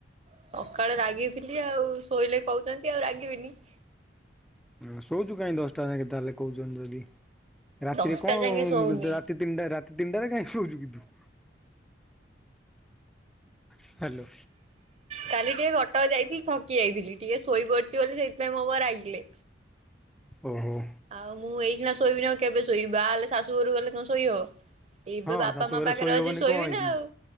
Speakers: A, on the right (about 35°); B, in the centre.
A: ସକାଳେ ରାଗିଥିଲି ଆଉ ଶୋଇଲେ କହୁଛନ୍ତି ଆଉ ରାଗିବିନି
B: ହଁ ଶୋଉଛୁ କାହିଁକି ଦଶଟା ଯାକ ତାହେଲେ କହୁଛନ୍ତି ଯଦି ରାତିରେ
A: ଦଶଟା
B: କଣ
A: ଯାଙ୍କେ ଶୋଉନି
B: ରାତି ତିନଟା ରାତି ତିନଟାରେ କାହିଁକି ଶଉଛୁ କି ତୁ ହ୍ୟାଲୋ
A: କାଲି ଟିକେ କଟକ ଯାଇଥିଲି ଥକି ଯାଇଥିଲି ଟିକେ ଶୋଇପଡିଛି ବୋଲି ସେଇଥିପାଇଁ ମୋ ଉପରେ ରାଗିଲେ।
B: ଓହୋ
A: ଆଉ ମୁଁ ଏଇକିନା ଶୋଇବିନି ଆଉ କେବେ ଶୋଇବି ହେଲେ ଶାଶୁ ଘରୁ ଗଲେ କଣ ଶୋଇ ହବ। ଏବେ
B: ହଁ
A: ବାପା
B: ଶାଶୁ
A: ମା
B: ଘରେ
A: ପାଖରେ
B: ଶୋଇ
A: ଅଛି
B: ହବନି
A: ଶୋଇବି
B: କଣ ହେଇଛି
A: ନା
B: କି
A: ଆଉ